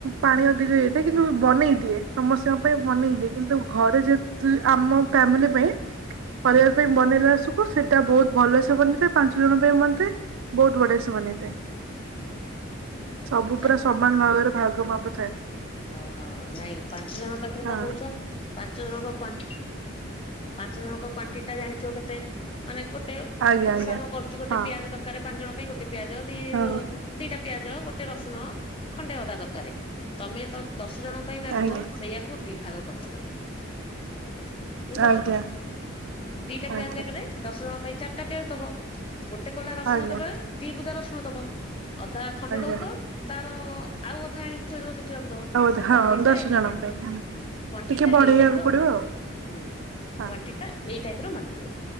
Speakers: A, on the right (about 75°); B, on the left (about 25°).
A: ପାଣି ଅଧିକ ହେଇଥାଏ କିନ୍ତୁ ବନେଇ ଦିଏ ସମସ୍ତିଙ୍କ ପାଇଁ ବନେଇଦିଏ କିନ୍ତୁ ଘରେ ଯେହେତୁ ଆମ ଫ୍ୟାମିଲି ପାଇଁ
B: ହୁଁ
A: ପରିବାର ପାଇଁ ବନେଇଲା ବେଳେ ସବୁ ସେଇଟା ବହୁତ ଭଲସେ ବନିଥାଏ ପାଞ୍ଚ ଜଣ ପାଇଁ ବନେଇଥାଏ। ବହୁତ୍ ବଢି଼ୟା ସେ ବନେଇଥାଏ, ସବୁ
B: ଚା
A: ପୁରା ସବ ସମାନ ଭାବରେ ଭାଗ ମାପ ଥାଏ।
B: ଓହୋ, ନାଇଁ ପାଞ୍ଚ ଜଣ ପାଖରେ
A: ହଁ
B: ପା ରହୁଚ ପାଞ୍ଚ ଜଣଙ୍କ କ୍ୱାଣ୍ଟ, ପାଞ୍ଚ ଜଣଙ୍କ କ୍ଵାଣ୍ଟିଟି ଟା ଜାଣିଥିବ କେତେ? ମାନେ ଗୋଟେର
A: ଆଜ୍ଞା ଆଜ୍ଞା।
B: ହିସାବ କରଚୁ, ଗୋଟେ
A: ହଁ
B: ପିଆଜ ଦରକାର ପାଞ୍ଚ ଜଣ ପାଇଁ, ଗୋଟେ ପିଆଜ ଦି
A: ହଁ
B: ଦିଟା ପିଆଜ, ଗୋଟେ ରସୁଣ, ଖଣ୍ଡେ ଅଦା ଦରକାର। ତମେ ତ ଦଶ ଜଣଙ୍କ ପାଇଁ ମାପିବ,
A: ଆଜ୍ଞା
B: ସେଇୟାକୁ ଦିଭାଗ କରିଦବ। ବୁଝିପାରୁଛତ,
A: ଆଜ୍ଞା
B: ଦିଟା
A: ଆଜ୍ଞା
B: ପିଆଜ ଜାଗାରେ ଦଶଜଣ ପାଇଁ ଚାରିଟା ପିଆଜ ଦବ। ଗୋଟେ କୁଲା ରସୁଣ
A: ଆଜ୍ଞା
B: ଦବେ, ଦି ବୁଦା ରସୁଣ ଦବ, ଅଦା ଖଣ୍ଡେ
A: ଆଜ୍ଞା।
B: ରହୁଥିବ ତାର ଆଉ ଅଧା ଆଣିକି ଥୋଇଦବ ସେ <unintelligible> କ୍ୱାଣ୍ଟିଟ୍ଟା
A: ହଉ ହଁ ଦଶ
B: ହୁଁ,
A: ଜଣଙ୍କ ପାଇଁ ହଁ
B: କ୍ୱାଣ୍ଟିଟ୍ଟା
A: ଟିକେ ବଢେଇବାକୁ
B: ଏଇ ଟାଇପର
A: ପଡିବ
B: ହୁଁ,
A: ଆଉ ହଁ
B: କ୍ୱାଣ୍ଟିିଟ୍ଟା ଏଇ ଟାଇପ ର ମାପିବ